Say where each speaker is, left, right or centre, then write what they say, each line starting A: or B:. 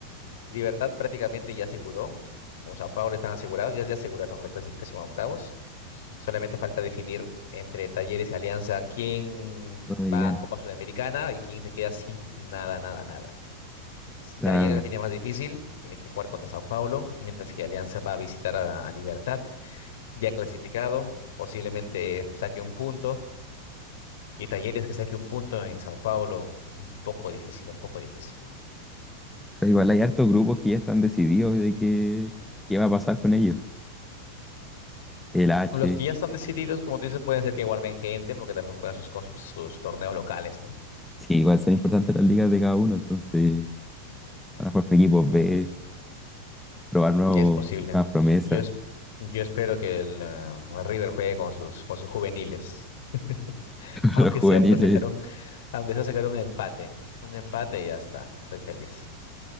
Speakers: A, on the left; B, in the centre.
A: Libertad prácticamente ya aseguró, como Sao Paulo están asegurados, ya, ya aseguraron la clasificación a octavos. Solamente falta definir entre Talleres y Alianza quién
B: Sudamericana.
A: va a Copa Sudamericana y quién se queda sin nada, nada, nada.
B: Está,
A: Talleres la tiene más difícil, tiene que jugar contra Sao Paulo, mientras que Alianza va a visitar a, a Libertad, ya clasificado, posiblemente saque un punto, y Talleres que saque un punto en Sao Paulo, un poco difícil, un poco difícil.
B: o sea, igual hay hartos grupos que ya están decididos de qué, qué va a pasar con ellos. El H,
A: Los que ya están decididos, como tú dices, pueden ser que guarden gente, porque también juegan sus, cos- sus torneos locales, ¿no?
B: sí, igual son importantes las ligas de cada uno, entonces van a jugar con equipos B, probar nuevos,
A: Es posible.
B: nuevas promesas,
A: Yo, es- yo espero que el ah, River juegue con sus, con sus juveniles. <laughs>
B: <laughs>
A: Aunque
B: los juveniles.
A: sea para sacar un, aunque sea sacar un empate. Un empate y ya está. Estoy feliz.